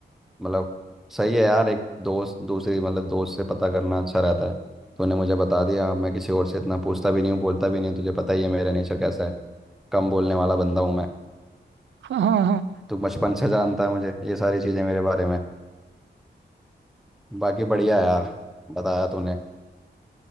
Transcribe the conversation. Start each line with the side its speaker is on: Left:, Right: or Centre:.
Centre: मतलब सही है यार एक दोस्त दूसरी मतलब दोस्त से पता करना अच्छा रहता है तूने मुझे बता दिया मैं किसी और से इतना पूछता भी नहीं हूँ बोलता भी नहीं हूँ, तुझे पता ही है मेरा नेचर कैसा है कम बोलने वाला बंदा हूँ मैं
Right: हाँ हाँ हाँ
Centre: तू बचपन से जानता है मुझे ये सारी चीज़ें मेरे बारे में बाकी बढ़िया यार बताया तूने